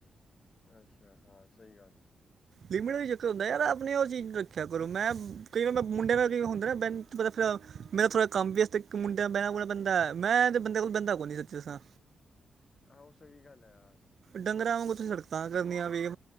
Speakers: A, on the left; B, on the right.
A: ਅੱਛਾ, ਹਾਂ ਸਹੀ ਗੱਲ।
B: ਲਿਮਿਟ ਦਾ ਵੀ ਚੱਕਰ ਹੁੰਦਾ, ਯਾਰ ਆਪਣੇ ਉਹ ਚੀਜ਼ ਰੱਖਿਆ ਕਰੋ। ਮੈਂ ਕਈ ਵਾਰ ਮੈਂ ਮੁੰਡਿਆਂ ਨਾਲ ਕਈ ਹੁੰਦੇ ਨਾ ਬਹਿਣ ਖਲੋਣ ਫਿਰ ਮੇਰਾ ਥੋੜ੍ਹਾ ਕੰਮ ਵੀ ਇਸ ਇੱਕ ਮੁੰਡਿਆਂ ਨਾਲ ਬਹਿਣਾ ਬੂਹਣਾ ਪੈਂਦਾ, ਮੈਂ ਇਹੋ ਜਿਹੇ ਬੰਦੇ ਕੋਲ ਬਹਿੰਦਾ ਕੋਈ ਨੀ ਸੱਚੀ ਦੱਸਾਂ।
A: ਆਹੋ ਸਹੀ ਗੱਲ ਐ ਯਾਰ।
B: ਡੰਗਰਾਂ ਵਾਂਗੂੰ ਉੱਥੇ ਹਰਕਤਾ ਕਰਨੀਆਂ ਪੀ ਕੇ,